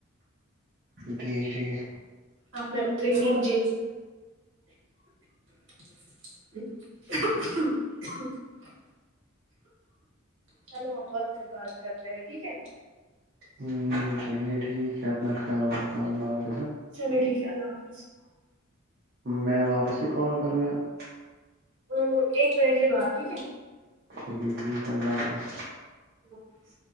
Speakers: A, on the right (about 50°); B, on the right (about 65°).
A: ٹھیک ٹھیک
B: آپ میں اتری مچے ہی <inaudible> چلو ہمبر میں بات کر رہے ہیں ٹھیک ہے
A: ہ چلیے ٹھیک ہے اپنا خیال راکھ اللہ حافظ
B: چلیو ٹھیک ہے اللہ حافظ
A: میں واپس ہی کال کروںیا <unintelligible>
B: ا ایک منٹ کے باہر ٹھیک ہے
A: چلیے ٹھیک ہے اللہ حافظ
B: اللہ حافظ